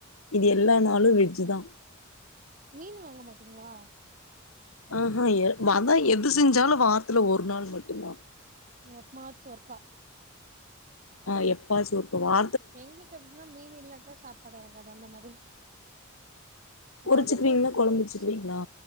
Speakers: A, on the left; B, on the right.
A: மீதி எல்லா நாளு வெஜ் தா
B: மீனு வாங்க மாட்டீங்ளா
A: ஆஹா எ நாதா எது செஞ்சாலு வாரத்துல ஒரு நாள் மட்டு்தா
B: எப்மாச்சு ஒருக்கா
A: ஆ எப்பாசு ஒர்க வா
B: எங்ளுக்கு எப்டினா மீன் இல்லாட்டா சாப்பாடு எரங்காது அந்த மாதிரி அதாவது
A: பொரிச்சுக்குவீங்களா
B: வந்தப்ப
A: கொழம்பு
B: ஒச்
A: வச்சுக்குவீங்களா